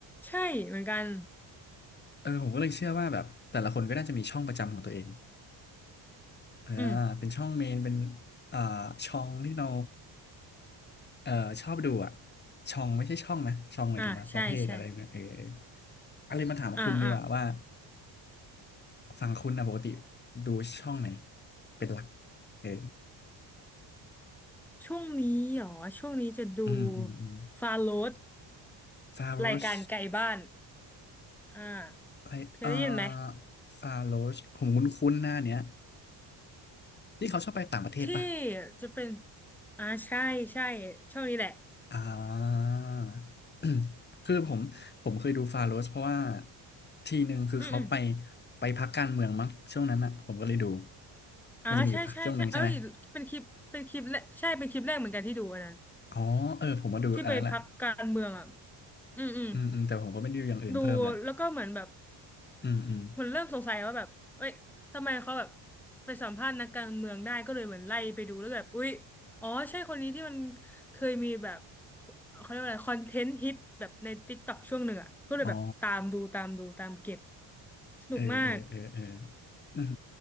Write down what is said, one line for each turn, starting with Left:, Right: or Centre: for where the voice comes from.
Centre: ใช่เหมือนกัน
Left: เออผมก็เลยเชื่อว่าแบบแต่ละคนก็น่าจะมีช่องประจำของตัวเองอ่าเป็นช่องเมนเป็น
Centre: อืม
Left: อ่าช่องที่เรา เออชอบดูอ่ะช่องไม่ใช่ช่องนะช่องหมายถึงว่าประเภทอะไรเนี่ยเออ
Centre: อ่ะใช่ใช่
Left: อะไรมาถามคุณดีกว่าว่า
Centre: อ่ะอ่ะ
Left: ฝั่งคุณอ่ะปกติดูช่องไหนเป็นหลักเออ
Centre: ช่วงนี้เหรอช่วงนี้จะดู
Left: อืมอืมอืม
Centre: ฟาโรส
Left: ฟาโรส
Centre: รายการไกลบ้านอ่า
Left: อะไรเอ่อ
Centre: เคยได้ยินไหม
Left: ฟาโรสผมคุ้นๆหน้าเนี้ยที่เขาชอบไปต่างประเทศป่ะ
Centre: ที่จะเป็นอ่าใช่ใช่ช่วงนี้แหละ
Left: อ่า <clears throat> อืมคือผมผมเคยดูฟาโรสเพราะว่าทีหนึ่งคือเขาไป
Centre: อืมอืม
Left: ไปพักการเมืองมั้งช่วงนั้นอ่ะผมก็เลยดู
Centre: อาใช่ใช่ใช่เอ้ยเป็นคลิปเป็นคลิปแรกใช่เป็นคลิปแรกเหมือนกันที่ดูอันนั้น
Left: มันจะมีอยู่ช่วงหนึ่งใช่ไหมอ๋อเออผมมาดูอันนั้นแหละ
Centre: ที่ไปพรรคการเมืองอ่ะอืมอืม
Left: อืมอืมแต่ผมก็ไม่ได้ดูอย่างอื่นเพิ่มละ
Centre: ดูแล้วก็เหมือนแบบ
Left: อืมอืม
Centre: มันเริ่มสงสัยว่าแบบเอ้ยทำไมเขาแบบไปสัมภาษณ์นักการเมืองได้ก็เลยเหมือนไล่ไปดูแล้วแบบอุ๊ยอ๋อใช่คนนี้ที่มันเคยมีแบบเขาเรียกว่าอะไรคอนเทนต์ฮิตแบบใน TikTok ช่วงหนึ่งอ่ะก็เลยแบบตามดูตามดูตามเก็บ
Left: อ๋อ
Centre: สนุกมาก
Left: เออเออเออเออ <clears throat> อืม